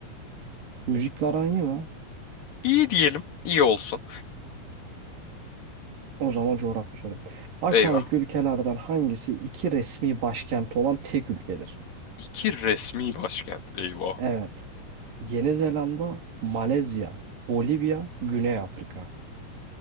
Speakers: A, on the right; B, on the left.
A: Müzikle aran iyi mi?
B: İyi diyelim. İyi olsun.
A: O zaman coğrafya sorum. Aşağıdaki
B: Eyvah.
A: ülkelerden hangisi iki resmi başkenti olan tek ülkedir?
B: İki resmi başkent. Eyvah.
A: Evet. Yeni Zelanda, Malezya, Bolivya, Güney Afrika.